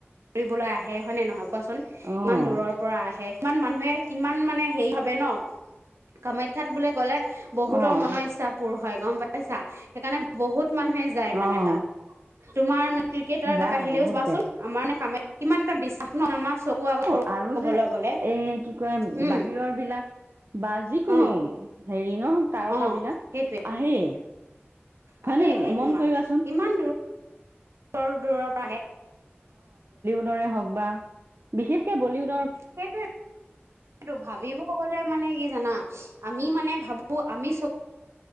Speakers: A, on the right; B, on the right.
A: কৰিবলৈ আহে হয়নে নহয়? কোৱাচোন
B: অ',
A: ইমান দূৰৰ পৰা আহে, কিমান মানুহে কিমান মানে হেৰি ভাবে ন? কামাখ্যাত বোলে গলে বহুতৰ
B: অ',
A: মনৰ ইচ্ছা পূৰ হয়, গম পাইছা? সেইকাৰণে বহুত। মানুহে যায় মানে
B: অ',
A: তাত। তোমাৰ মানে ক্ৰিকেটাৰ এ
B: যায়
A: তাক আহিলেও
B: বহুত
A: চাবাচোন,
B: যায়।
A: আমাৰ নে কামে, কিমান এটা বিশ্বাস ন আমাৰ আগত সৰু
B: অ'আৰু যে
A: ক'বলৈ
B: এ,
A: গ'লে
B: কি কয়
A: উম
B: বাহিৰৰ বিলাক বা যিকোনো
A: অ
B: হেৰি। ন, তাৰকা
A: অ
B: বিলাক
A: সেইটোৱে
B: আহেই। হয়
A: আহেই
B: নে
A: আহেই
B: মন
A: তোমাৰ
B: কৰিবাচোন।
A: ইমান দূৰৰ পৰা আহে।
B: <unintelligible> বিশেষ কে বলিউড।
A: সেইটোৱেটো, সেইটো ভাবিব গলে মানে কি জানা। আমি মানে ভাবোঁ! আমি চক।